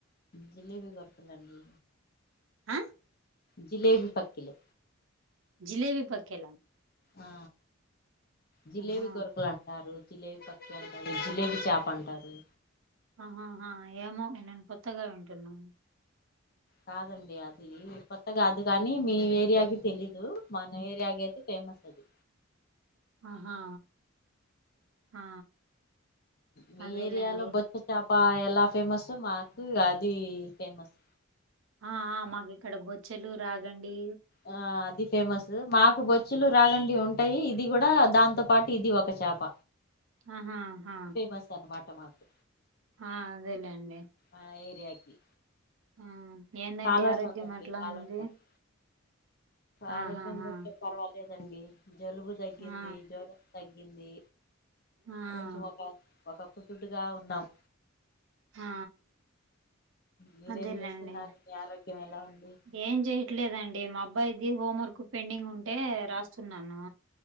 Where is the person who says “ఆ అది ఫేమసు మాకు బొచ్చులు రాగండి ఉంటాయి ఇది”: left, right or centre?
Left